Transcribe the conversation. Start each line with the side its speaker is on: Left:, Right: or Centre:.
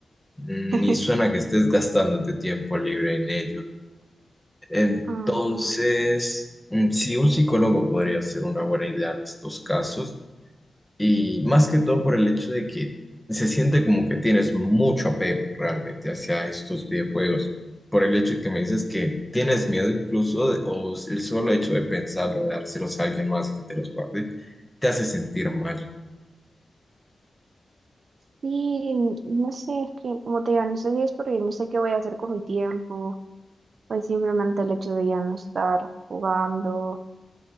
Centre: ni
Right: <laughs>
Centre: suena que estés gastándote tiempo libre en ello. Entonces,
Right: Ujú.
Centre: mm, sí, un psicólogo podría ser una buena idea en estos casos. Y más que todo por el hecho de que se siente como que tienes mucho apego realmente hacia estos videojuegos. Por el hecho de que me dices que tienes miedo incluso, de- o el solo hecho de pensarlo, de dárselos a alguien más y que te los guarde, te hace sentir mal.
Right: Sí, no sé, es que como te digo, no sé si es porque no sé qué voy a hacer con mi tiempo pues simplemente el hecho de ya no estar jugando.